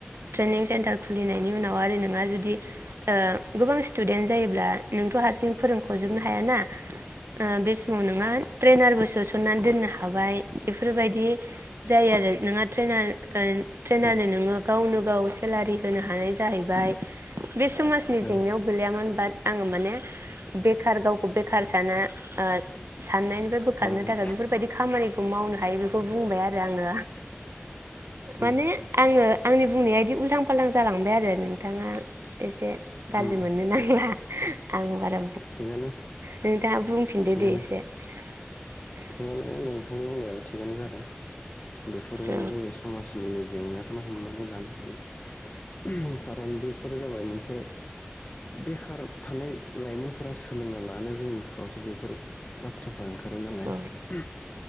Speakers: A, on the right; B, on the left.
A: ट्रेनिं सेन्टार खुलिनायनि उनाव आरो नोंङो जुदि गोबां स्टुदेन्ट जायोब्ला नोंथ हारसिं फोरोंखजोबनो हाया ना ओ बे न नोंहा ट्रेनारबो सोसननानै दोननो हाबाय बेफोरबायदि जायो आरो नोंहा ट्रेनार ट्रेनारनो
B: उम
A: नोङो गावनो गाव सेलारि होनो हानाय जाहैबाय बे समाजनि
B: उम
A: जेंनायाव
B: औ
A: गोैलैयामोन बाट आङो माने बेखार गावखौ बेखार साना ओ साननायनिफ्राय बोखारनो
B: उम
A: थाखाय बेफोरबायदि खामानिखौ मावनो हायो बेखौ बुंबाय आरो आङो माने
B: उम
A: आङो आंनि बुंनाया इदि उल्थां फालथां जालांबाय आरो नोंथाङा एसे गाज्रि
B: उम
A: मोननो नांला आं बारा
B: थिगानो
A: नों दा बुंफिनदो
B: थिगानो
A: दे ए थिगानो
B: थिगानो नोंथांनि होननायाबो थिगानो जादों बेफोरबो
A: औ
B: जोंनि समाजनिनो जेंनाखौनो हमनानै लानो हायो खारन बेफोर जाबाय मोनसे बेखार थानाय लाइमोनफोरा सोलोंना लानो रोङिफ्रावसो बेफोर बाथ्रा फ्रा ओंखारो नालाय
A: औ
B: <unintelligible>